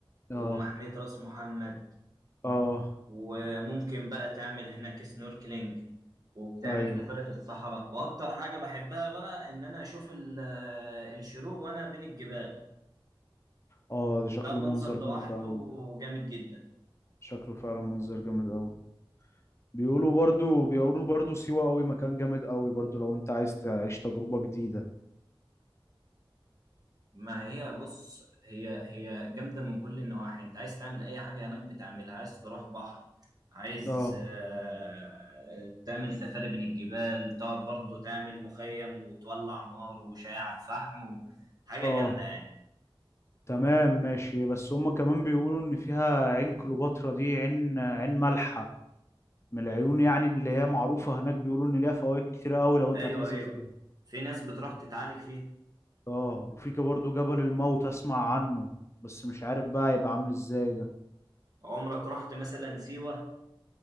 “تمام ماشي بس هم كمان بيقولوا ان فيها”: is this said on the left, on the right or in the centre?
Left